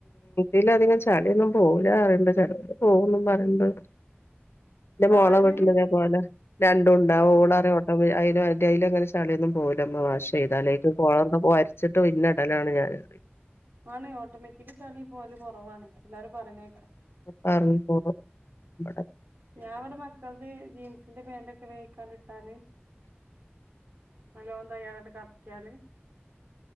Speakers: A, on the left (about 70°); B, on the right (about 55°).
A: ഇതിലധിക ചളൊന്നും പോകില്ല പറിയണ്ട ചിലത് പോ പറണ്ട് എന്റെ മോള
B: ആഹ് അയില്
A: വിട്ടലിതേപോലെ രണ്ടുണ്ട്
B: ആഹ്
A: ഓള അ അയിലങ്ങനെ മാർറ്റൈല് ചലിയൊന്നും പോവുലമ്മ വാഷചെയ്തല് അയിക്ക് കോ ചുട്ട് പിന്നടലാണ് ഞാൻ പ
B: ആണ് ഓട്ടോമാറ്റിക് ചളിപോല് കൊറവാണ് എല്ലാവരും പറയണേക്കാം
A: <unintelligible>
B: ഞാ ഇവിടെ മക്കൾത് ജീൻസിന്റെ പേൻറ് വേക്കാട്ടാല് നല്ലോ തയ്യതകറക്കിയാല്